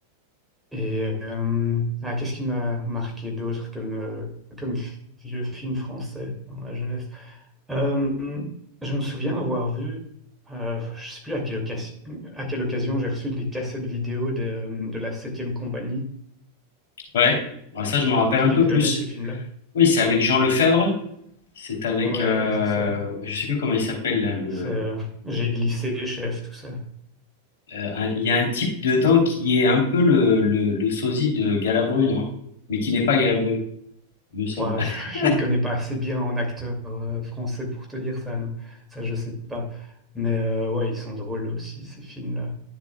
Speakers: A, in the centre; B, on the left.
A: Et euh, ah, qu'est-ce qui m'a marqué d'autre comme, euh, comme f- vieux film français dans ma jeunesse? Euh, je me souviens avoir vu, euh, je sais plus à quelle occasion, à quelle occasion j'ai reçu des cassettes vidéo de, de la Septième compagnie.
B: Ouais, Ouais, ça je m'en rappelle
A: Tu
B: un
A: les
B: peu
A: connais,
B: plus.
A: ces films-là?
B: Oui, c'est avec Jean Lefebvre. C'est avec,
A: Ouais,
B: euh,
A: ouais, c'est ça.
B: je sais plus comment il s'appelle là. Le,
A: C'est, euh, j'ai glissé, chef, tout ça.
B: euh, un- il y a un type dedans qui est un peu le, le, le sosie de Galabru, non? Mais qui n'est pas Galabru, me semble.
A: Ouais, je, <laughs>
B: <laughs>
A: je m'y connais pas assez bien en acteur euh, français pour te dire ça, non. Ça, je sais pas. Mais euh, ouais, ils sont drôles aussi, ces films-là.